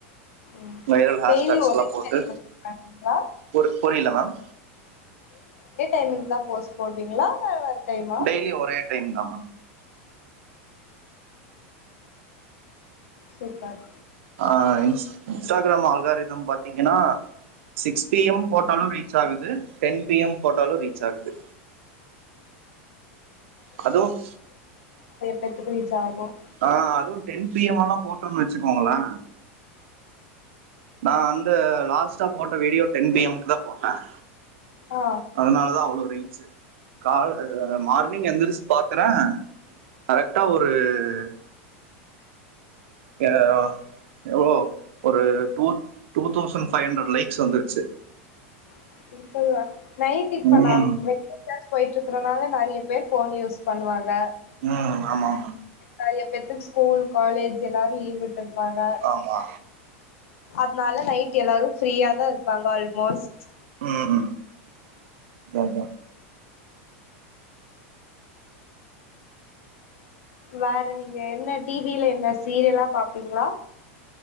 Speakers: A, on the left; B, on the right.
A: ம்
B: வைரல் ஹேஷ்டக்ஸ்லாம்
A: டெய்லி ஒரே
B: போட்டு
A: டைமிங் பண்றீங்களா
B: பொ புரில மேம்
A: <unintelligible> தான் போஸ்ட் போவீங்களா இல்ல வேற டைமா
B: டெய்லி ஒரே டைம் தான் மேம்
A: சூப்பர்
B: ஆஹ் இன்ஸ்டாகிராம் அழ்காரிதம் பாத்தீங்கன்னா சிக்ஸ் பி எம் போட்டாலும் ரீச் ஆகுது டென் பி எம் போட்டாலும் ரீச் ஆகுது அதுவும்
A: பெத்துக்கு ரீச் ஆகும்
B: ஆஹ் அதுவும் டென் பி எம் எல்லாம் போட்டோன்னு வெச்சுக்கோங்களா நான் அந்த லாஸ்ட்டா போட்ட வீடியோ டென் பிஎம்க் தான் போட்டேன்
A: ஆ
B: அதனால தான் அவ்வளவு ரீச் கா மார் கி எந்தரிச்சு பாக்குறேன் கரெக்டா ஒரு து ஹ எவ்ளோ ஒரு two two thousand five hundred likes வந்துருச்சு
A: <unintelligible> நைட் இப்ப
B: ம்
A: நாம் <unintelligible> போயிட்டு இருக்கேன் அப்புறனால நறைய பேர் ஃபோன் யூஸ் பண்ணுவாங்க
B: உஹம் ஆமாமா
A: நறைய பேத்துக்கு ஸ்கூல் காலேஜ் எல்லாரும் லீவ் விட்டு இருப்பாங்க
B: ஆமா
A: அதனால நைட் எல்லாரும் ஃப்ரீயா தான் இருப்பாங்க ஆல்மோஸ்ட்
B: உம் உம் அதான் அதா
A: வேற நீங்க என்ன டிவில என்ன சீரியலா பாப்பீங்களா